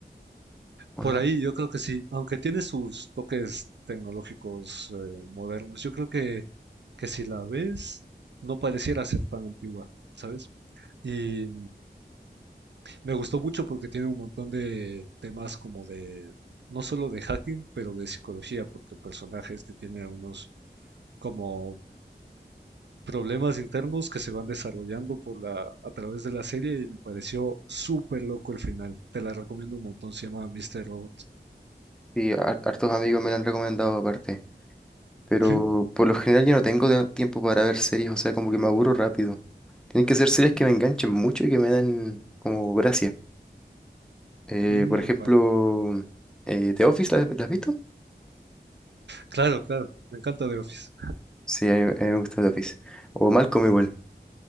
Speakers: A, in the centre; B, on the right.
A: ¿o
B: Por
A: no?
B: ahí yo creo que sí, aunque tiene sus toques tecnológicos eh, modernos, yo creo que, que si la ves, no pareciera ser tan antigua, ¿sabes? Y Me gustó mucho porque tiene un montón de temas como de, no solo de hacking, pero de psicología, porque el personaje este tiene unos como problemas internos que se van desarrollando por la, a través de la serie y me pareció súper loco el final. Te la recomiendo un montón, se llama Mr. Robot.
A: Sí, har- hartos amigos me la han recomendado aparte. Pero
B: ¿Sí?
A: por lo general yo no tengo de- tiempo para ver series. O sea, como que me aburro rápido. Tienen que ser series que me enganchen mucho y que me den como gracia. Eh,
B: Mm,
A: por ejemplo,
B: vale.
A: eh, The Office, ¿la, la has visto?
B: Claro, claro. Me encanta The Office.
A: Sí, a mí, a mí me gusta The Office. O Malcolm igual,